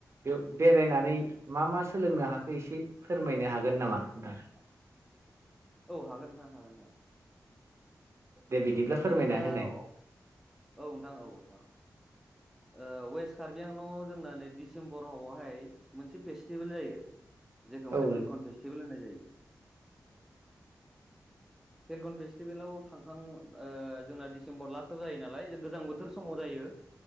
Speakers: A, on the right; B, in the centre.
A: बेयाव बेरायनानै मा मा सोलोंनो हाखो एसे फोरमायनो हागोन नामा नोंथां?
B: औ हागोन नोंथां हागोन हागोन।
A: दे बिदिब्ला। फोरमायना
B: जोंनाव
A: होनाय
B: औ नोंथां औ नोंथां। ओ वेस्ट कार्बि आंलंआव जोंना नै डिसेम्बरावहाय मोनसे फेस्टिभेल जायो। जेखौ माने
A: औ
B: फेलकन फेस्टिबेल होननाय जायो। फेलगन फेस्टिभेलाव थांखां ओ जोंना दिसेम्बर लास्टआव जायो नालाय गोजां बोथोर समाव जायो।